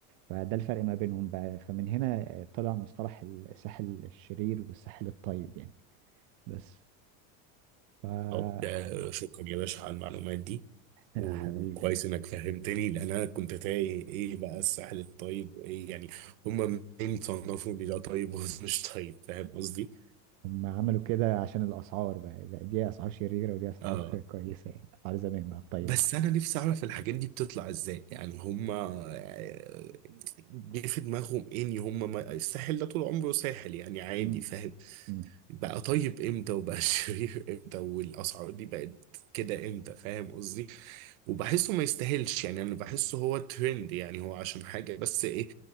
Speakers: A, on the right; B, on the right.
A: فده الفرق ما بينهم بقى فمن هنا آه، طلع مصطلح الساحل الشرير والساحل الطيب يعني بس ف <laughs>
B: وبتاع شكرا يا باشا على المعلومات دي
A: يا
B: وكويس
A: حبيبي
B: انك فهمتني لان انا كنت تايه ايه بقى الساحل الطيب وايه يعني هما منين صنفوا ان ده طيب وده مش طيب فاهم قصدي؟
A: هم عملوا كده عشان الأسعار بقى, بقى دي أسعار شريرة ودي أسعار
B: اه
A: كويسة يعني أسعار زمان بقى الطيبة
B: بس انا نفسي اعرف الحاجات دي بتطلع ازاي يعني هما آه، جه في دماغهم ايه ان هما ما... الساحل ده طول عمره ساحل يعني عادي
A: مم.
B: فاهم
A: مم.
B: بقى طيب امتى وبقى <laughs> شرير امتى والاسعار دي بقت كده امتى فاهم قصدي؟ وبحسه ما يستاهلش يعني انا بحسه هو ترند يعني هو عشان حاجة بس ايه